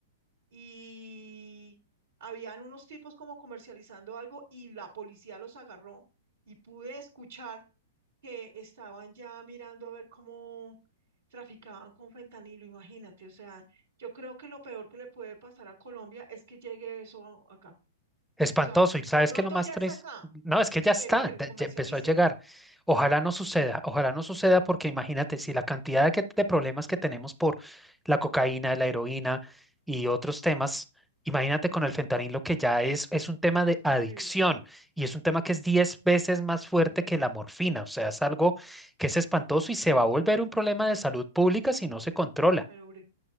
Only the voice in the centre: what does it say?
Espantoso.
¿Y sabes
qué es lo más
triste?
No, es que ya está,
da-
ya empezó a llegar. Ojalá no suceda, ojalá no suceda porque imagínate si la cantidad de, que- de problemas que tenemos por la cocaína, la heroína y otros temas, imagínate con el fentanilo que ya es, es un tema de adicción
y es un tema que es 10 veces más fuerte que la morfina. O sea, es algo que es espantoso y se va a volver un problema de salud pública si no se controla.